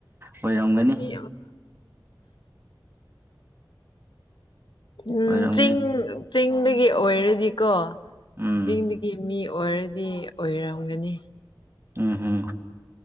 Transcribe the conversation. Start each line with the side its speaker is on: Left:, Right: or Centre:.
Right: ꯍꯣꯏꯔꯝꯒꯅꯤ
Left: <inaudible> ꯎꯝ
Right: ꯑꯣꯏꯔꯝꯅꯤ
Left: ꯆꯤꯡ ꯆꯤꯡꯗꯒꯤ ꯑꯣꯏꯔꯗꯤꯀꯣ
Right: ꯎꯝ
Left: ꯆꯤꯡꯗꯒꯤ ꯃꯤ ꯑꯣꯏꯔꯗꯤ ꯑꯣꯏꯔꯝꯒꯅꯤ
Right: ꯎꯝ ꯎꯝ